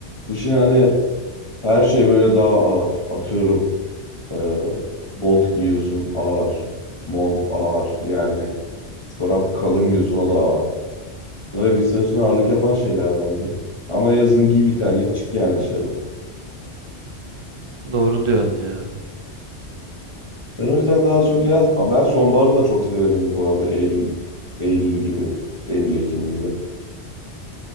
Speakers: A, on the left (about 25°); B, on the right (about 30°).
A: kışın hani her şey böyle daha ağır. Atıyorum e, bot giyiyorsun ağır. Mont ağır. Yani çorap kalın giyiyorsun o da ağır. Bunlar bir üstüne ağırlık yapan şeyler bence. Ama yazın giy bir terlik çık yani dışarı.
B: Doğru diyorsun ya.
A: Ben o yüzden daha çok yaz. Ben sonbaharı da çok severim bu arada Eylül, Eylül gibi. Eylül, Ekim gibi.